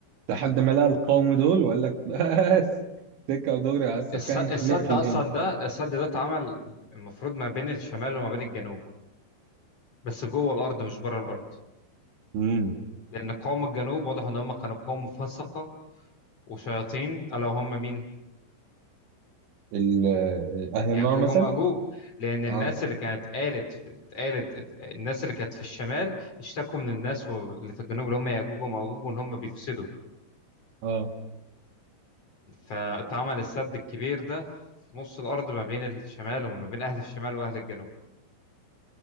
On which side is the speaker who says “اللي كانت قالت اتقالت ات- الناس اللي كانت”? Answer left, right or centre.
Left